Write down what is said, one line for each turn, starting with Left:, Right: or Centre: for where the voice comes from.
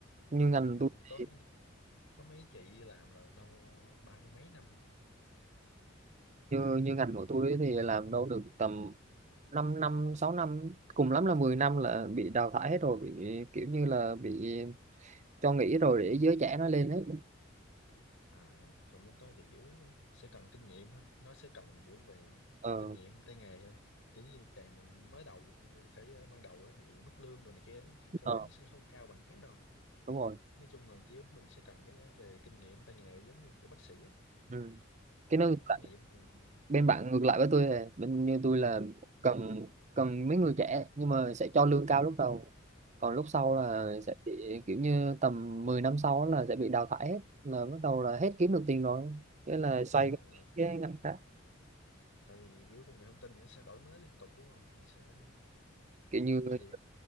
Right: như ngành
Left: ừ,
Right: tôi thì-
Left: có có mấy chị làm là đâu ba mươi mấy năm
Right: như như ngành của tôi ấy thì làm đâu được tầm 5 năm sáu năm cùng lắm là 10 năm là bị đào thải hết rồi bị kiểu như là bị cho nghỉ rồi để giới trẻ nó lên hết
Left: à còn bên tôi thì kiểu sẽ cần kinh nghiệm ha nó sẽ cần kiểu về
Right: ờ
Left: kinh nghiệm tay nghề thôi kiểu như càng mới đầu thấy ban đầu á thì mức lương đồ này kia nó sẽ- cơ
Right: ờ
Left: bản nó sẽ không cao bằng khác đâu
Right: đúng rồi
Left: nói chung là chiếu mình sẽ cần cái về kinh nghiệm tay nghề giống như kiểu bác sĩ á
Right: ừ. cái
Left: kiểu
Right: nó ngược
Left: như thí
Right: lại,
Left: nghiệm thì
Right: bên
Left: thì-
Right: bạn ngược lại với tôi này bên như tôi là cần cần mấy người trẻ nhưng mà sẽ cho lương cao lúc đầu còn lúc sau là
Left: ờ,
Right: sẽ bị kiểu như tầm 10 năm sau là sẽ bị đào thải hết là bắt đầu là hết kiếm được tiền rồi thế là xoay
Left: À,
Right: cái ngành khác
Left: tại vì kiểu công nghệ thông tin nó sẽ đổi mới liên tục đúng không? Nó sẽ
Right: kiểu
Left: ví
Right: như giờ,
Left: dụ